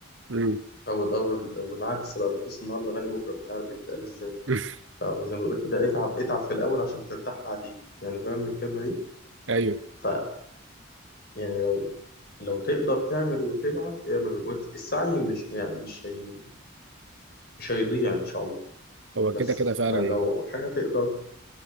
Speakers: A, on the right; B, on the left.
A: مم.
B: أو الأول أو العكس بقى رخيص النهاردة غالي بكرة مش عارف بيتقال إزاي
A: <laughs>
B: ف- وزي ما بقول كده اتعب اتعب في الأول عشان ترتاح بعدين يعني فاهم الكلمة دي
A: أيوه
B: ف يعني لو لو تقدر تعمل وتبعت اعمل وت- السعي مش يعني مش هي مش هيضيع إن شاء الله
A: هو
B: بس
A: كده كده فعلا
B: فلو حاجة تقدر